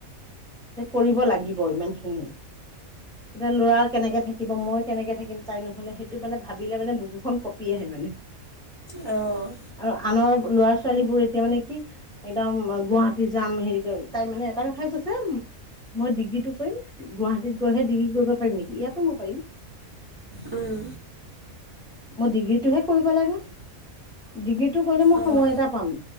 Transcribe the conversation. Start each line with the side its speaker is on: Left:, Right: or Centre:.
Centre: কৰিব লাগিব ইমানখিনি। এতিয়া ল'ৰা কেনেকে থাকিব মই কেনেকে থাকিম, তাই নহ'লে সেইটো মানে ভাবিলে মানে বুকুখন কঁপি আহে মানে। <inaudible>
Right: অ,
Centre: আৰু আনৰ ল'ৰা- ছোৱালী বোৰ এতিয়া মানে কি? একদম গুৱাহাটী যাম, হেৰি কয় তাই মানে এটা কথাই কৈছে মই ডিগ্ৰীতটো কৰিম গুৱাহাটীত গৈহে ডিগ্ৰী কৰিব পাৰিম নেকি? ইয়াতো মই পাৰিম।
Right: উম।
Centre: মই ডিগ্ৰীটোহে কৰিব লাগে। ডিগ্ৰীটো কৰিলে মই
Right: অঁ
Centre: সময় এটা পাম।